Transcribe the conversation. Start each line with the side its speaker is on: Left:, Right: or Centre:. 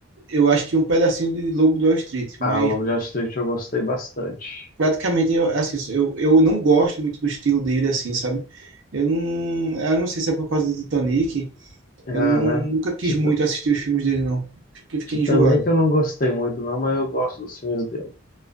Right: eu acho que um pedacinho de Lobo de Wall Street,
Left: Ah,
Right: mas
Left: Lobo de Wall Street eu gostei bastante.
Right: praticamente eu assim eu, eu não gosto muito do estilo dele assim sabe eu não eu não sei se é por causa de Titanic
Left: Aham.
Right: eu não nunca quis
Left: Tita-
Right: muito assistir os filmes dele não acho que fiquei
Left: Titanic
Right: enjoado
Left: eu não gostei muito, não, mas eu gosto dos filmes dele.